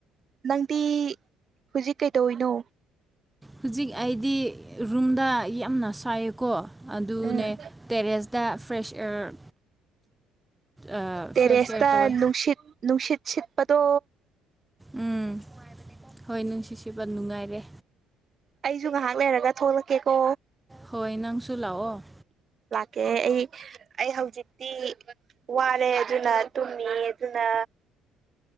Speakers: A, on the right; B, in the centre.
A: ꯅꯪꯗꯤ ꯍꯧꯖꯤꯛ ꯀꯩꯗꯧꯅꯣ
B: ꯍꯧꯖꯤꯛ ꯑꯩꯗꯤ ꯔꯨꯝꯗ ꯌꯥꯝꯅ ꯁꯥꯏ ꯀꯣ ꯑꯗꯨꯅꯦ
A: ꯎꯝ
B: ꯇꯦꯔꯦꯁꯇ ꯐ꯭ꯔꯦꯁ ꯑꯦꯌꯥꯔ ꯑꯥ
A: ꯇꯦꯔꯦꯁꯇ
B: ꯐ꯭ꯔꯦꯁ ꯇꯧꯋꯦ
A: ꯅꯨꯡꯁꯤꯠ ꯅꯨꯡꯁꯤꯠ ꯁꯠꯄꯗꯣ
B: ꯎꯝ ꯍꯣꯏ ꯅꯨꯡꯁꯤꯁꯤꯕ ꯅꯨꯡꯉꯥꯏꯔꯦ
A: ꯑꯩꯁꯨ ꯉꯥꯏꯍꯥꯛ ꯂꯩꯔꯒ ꯊꯣꯛꯂꯛꯀꯦꯀꯣ
B: ꯍꯣꯏ ꯅꯪꯁꯨ ꯂꯥꯛꯑꯣ
A: ꯑꯣ ꯑꯩ ꯑꯩ ꯍꯧꯖꯤꯛꯇꯤ ꯋꯥꯔꯦ ꯑꯗꯨꯅ ꯇꯨꯝꯃꯤ ꯑꯗꯨꯅ